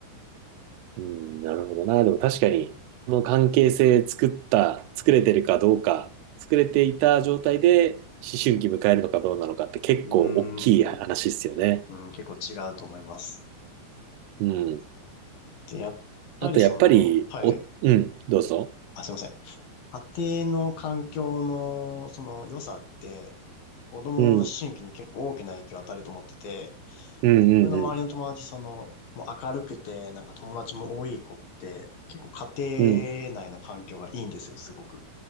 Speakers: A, on the right; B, on the left.
A: うん、なるほどな。でも確かに、この関係性作った、作れてるかどうか、作れていた状態で思春期迎えるのかどうなのかって結構大きい話ですよね。
B: うーん。うん、結構違うと思います。
A: うん。
B: で、やっぱりその、
A: あとやっぱり、
B: はい。
A: お、うん、どうぞ。
B: あ、すいません。家庭の環境のその良さって子供の思春期に結構大きな影響を与えると思ってて、
A: うん、うん、
B: 僕の周りの友達、
A: うん、
B: その、もう明るくて、なんか友達も多い子って、結構家庭内の環境がいいんですよ、
A: うん、
B: すごく。